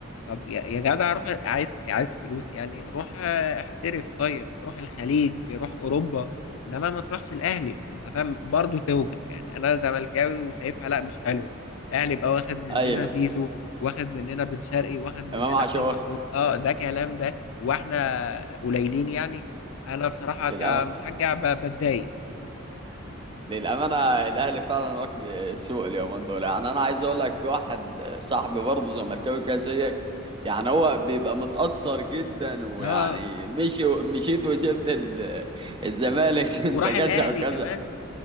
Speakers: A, on the left; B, on the right.
A: طب يا يا جدع روح عايز عايز فلوس يعني روح آه، احترف طيب روح الخليج روح اوروبا انما ما تروحش الاهلي انت فاهم برضو توجع يعني انا زملكاوي وشايفها لا مش حلوه الاهلي بقى واخد مننا
B: ايوه
A: زيزو واخد مننا بن شرقي واخد مننا
B: امام عاشور
A: امام عاشور اه ده كلام ده هو احنا قليلين يعني انا بصراحه كمشجع
B: للأمانة
A: ب- بتضايق
B: للأمانة الأهلي فعلا واكل السوق اليومين دول يعني أنا عايز أقول لك في واحد صاحبي برضه زملكاوي كده زيك يعني هو بيبقى متأثر جدا ويعني
A: اه
B: مشي مشيت وسبت ال- الزمالك <laughs> أنت
A: وراح
B: كذا
A: الاهلي
B: وكذا
A: كمان